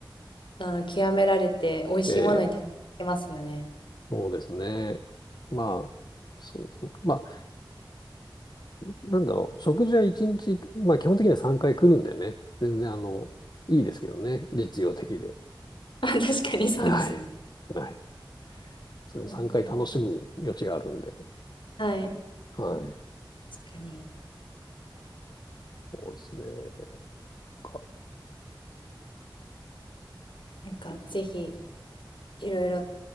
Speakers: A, on the left; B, on the left.
A: あの、極められて、美味しいものにたどり着けますよね。
B: ええ、そうですね。まあ、そうですね。まあ、なんだろう。食事は一日、まあ基本的には3回来るんでね。全然あの、いいですけどね。実用的で。
A: <laughs> あ確かにそうですね。
B: はい。はい。それ3回楽しむ余地があるんで。
A: うんうんはい。
B: はい。
A: 確かに。
B: そうですね。か
A: なんか、ぜひ、いろいろ